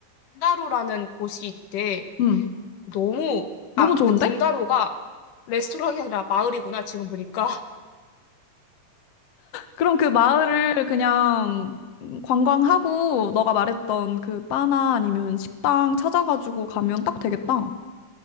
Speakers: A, on the left; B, on the left.
A: 군다로라는 곳이 있대.
B: 응.
A: 너무
B: 너무
A: 아
B: 좋은데?
A: 근데 군다로가 레스토랑이 아니라 마을이구나, 지금 보니까. <laughs>
B: 그럼 그 마을을
A: 어,
B: 그냥 관광하고 너가 말했던 그 바나 아니면 식당 찾아가지고 가면 딱 되겠다.